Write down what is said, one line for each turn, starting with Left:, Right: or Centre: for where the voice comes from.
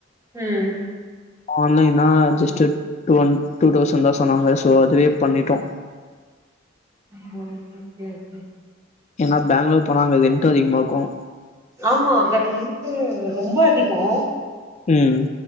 Right: ம்
Left: ஆன்லைனா just two and two thousand தா சொன்னாங்க சோ அதுவே பண்ணிட்டோ
Right: ம் ஓகே கேக்கு
Left: ஏன்னா பேங்களூர் போனா அங்க ரென்ட்டு அதிகமா இருக்கும்
Right: ஆமா அங்க ரென்ட்டு ரொம்ப அதிகம்
Left: ம்